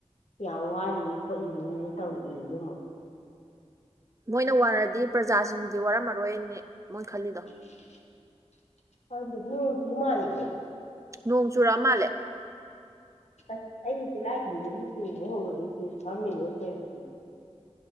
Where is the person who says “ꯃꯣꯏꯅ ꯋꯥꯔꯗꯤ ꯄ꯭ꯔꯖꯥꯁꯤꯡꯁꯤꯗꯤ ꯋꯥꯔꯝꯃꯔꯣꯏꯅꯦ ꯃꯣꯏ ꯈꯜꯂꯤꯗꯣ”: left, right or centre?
Right